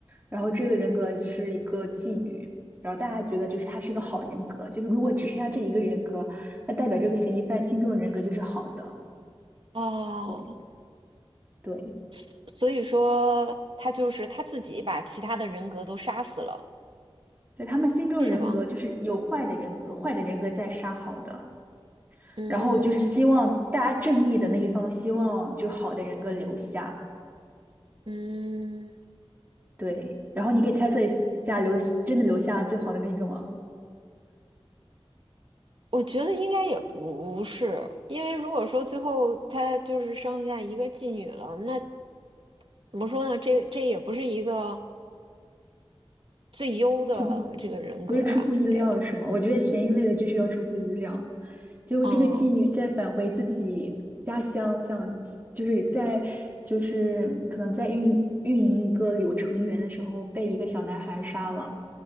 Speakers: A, on the right; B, on the right.
A: 然后这个人格是一个妓女，然后大家觉得就是她是个好人格，就是如果只剩下这一个人格，那代表这个嫌疑犯心中的人格就是好的，
B: 哦，
A: 对对。
B: 所所以说他就是他自己把其他的人格都杀死了，
A: 对，他们心中的人格就是有坏的人格，
B: 是吗？
A: 坏的人格在杀好的，
B: 嗯
A: 然后就是希望大家正义的那一方，希望就好的人格留下。
B: 嗯。
A: 对，然后你可以猜测一下，留的真的留下最好的那个吗？
B: 我觉得应该也不是，因为如果说最后他就是剩下一个妓女了，那怎么说呢？这这也不是一个最优的这个人格呀。
A: 就不是出乎意料是吗？
B: 对，
A: 我觉得悬疑类的就是要出乎意料。结果这个妓女在返回自己家乡，
B: 嗯，
A: 想就是在就是可能在运营运营一个柳成园的时候，被一个小男孩杀了。